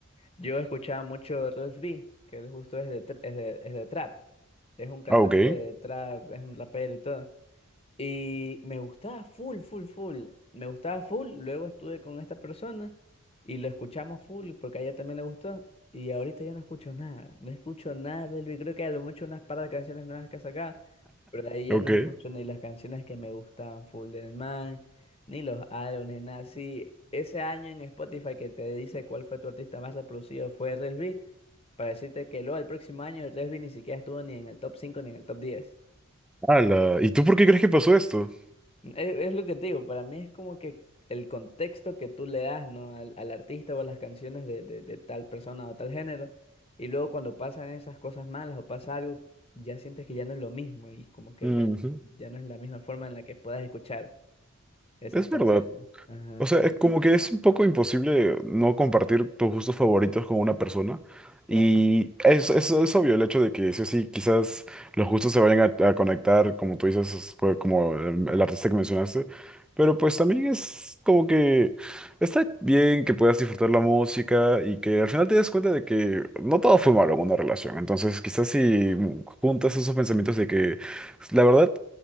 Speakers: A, on the left; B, in the centre.
A: Yo escuchaba mucho Rels B, que él justo es de, tr- es de, es de trap. Es un cantante
B: Ah, ok,
A: de trap, es un rapero y todo. Y me gustaba full, full, full. Me gustaba full. Luego estuve con esta persona y lo escuchamos full porque a ella también le gustó. Y ahorita ya no escucho nada. No escucho nada de Luis. Creo que a lo mucho unas par de canciones nuevas que ha sacado. Pero de ahí ya
B: ok.
A: no escucho ni las canciones que me gustaban full del man, ni los álbumes, nada así. Ese año en Spotify que te dice cuál fue tu artista más reproducido fue Resby. Para decirte que luego el próximo año Resby ni siquiera estuvo ni en el top 5 ni en el top diez
B: Ala, ¿y tú por qué crees que pasó esto?
A: E- Es lo que te digo, para mí es como que el contexto que tú le das, ¿no? al, al artista o a las canciones de, de- de tal persona o tal género, y luego cuando pasan esas cosas malas o pasa algo, ya sientes que ya no es lo mismo y como que
B: Ujú,
A: ya, n- ya no es la misma forma en la que puedas escuchar esas
B: Es
A: canciones.
B: verdad.
A: Ajá,
B: O sea, es como que es un poco imposible no compartir tus gustos favoritos con una persona.
A: claro.
B: Y es, es, es obvio el hecho de que sí o sí, quizás los gustos se vayan a, a conectar, como tú dices, es, pues, como el, el artista que mencionaste. Pero pues también es como que está bien que puedas disfrutar la música y que al final te des cuenta de que no todo fue malo en una relación. Entonces, quizás si juntas esos pensamientos de que la verdad